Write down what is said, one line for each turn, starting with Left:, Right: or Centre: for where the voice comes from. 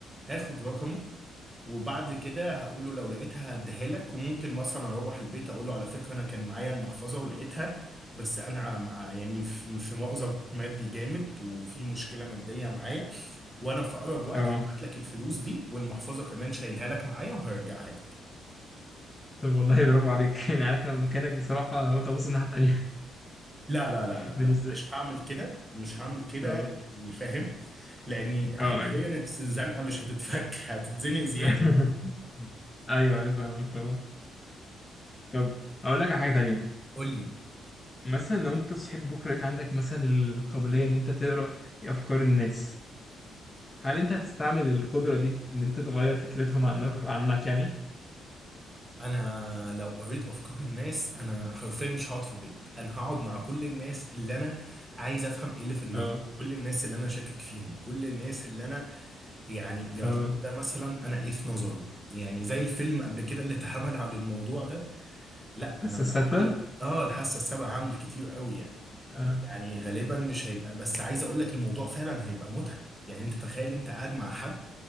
Right: هاخد رقمه وبعد كده هقول له لو لقيتها هديها لك وممكن مثلا اروح البيت اقول له على فكره انا كان معايا المحفظه ولقيتها بس انا مع يعني في في مأزق مادي جامد وفي مشكله ماديه معايا وانا في اقرب وقت
Left: اه
Right: هبعت لك الفلوس دي والمحفظه كمان شايلها لك معايا وهرجعها لك
Left: طب والله برافو عليك <laughs> يعني عارف لما مكانك بصراحة قلت أبص الناحية التانية
Right: لا لا لا
Left: <laughs>
Right: لا
Left: بالنسبة
Right: لا مش هعمل كده مش هعمل كده
Left: اه
Right: يعني فاهم لاني
Left: اه
Right: حرفيا
Left: أيوه
Right: الزنقه مش هتتفك هتتزنق زياده
Left: <laughs> أيوه أيوه فاهمك طبعا طب أقول لك على حاجة تانية
Right: قول لي
Left: مثلا لو أنت صحيت بكرة لقيت عندك مثلا القابلية إن أنت تقرأ أفكار الناس هل انت هتستعمل القدرة دي ان انت تغير فكرتهم عن عنك يعني؟
Right: انا لو قريت افكار الناس انا حرفيا مش هقعد في البيت انا هقعد مع كل الناس اللي انا عايز افهم ايه اللي في دماغهم
Left: اه
Right: كل الناس اللي انا شاكك فيهم كل الناس اللي انا يعني يا
Left: اه
Right: ترى ده مثلا انا ايه في نظره يعني زي الفيلم قبل كده اللي اتعمل على الموضوع ده لا
Left: بس
Right: انا انا
Left: الستة
Right: هعمل اه الحاسه السابعه هعمل كتير قوي يعني
Left: اه
Right: يعني غالبا مش هيبقى بس عايز اقول لك الموضوع فعلا هيبقى متعب يعني انت تخيل انت قاعد مع حد